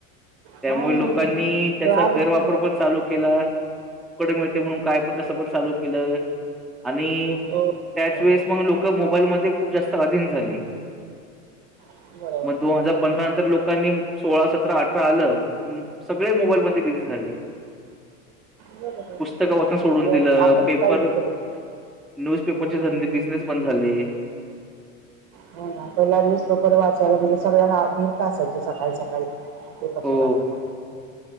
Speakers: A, in the centre; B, on the right (about 60°).
A: त्यामुळे
B: हा
A: लोकांनी त्याचा
B: राग
A: गैरवापर
B: असतो.
A: पण चालू केला तुकड मिळते म्हणून काय पण कसं पण चालू केलं आणि
B: हो, हो.
A: त्याचवेेळेस मग लोक मोबाईलमध्ये खूप जास्त अधीन झाली
B: बरोबर
A: मग दोन हजार पंधरा नंतर लोकांनी सोळा सतरा अठरा आलं सगळे मोबाईल म बिझी झाले
B: बरोबर
A: पुस्तकवचन सोडून
B: आणि
A: दिलं
B: आता आपण
A: पेपर
B: काही विचारू शकतो.
A: न्यूजपेपरचे धंदे बिझनेस बंद झाले
B: हो पहिला न्यूसपेपर वाचायला म्हणजे सगळ्यांनाधीरता असायची सकाळी सकाळी एक अचा
A: हो
B: बाात नाही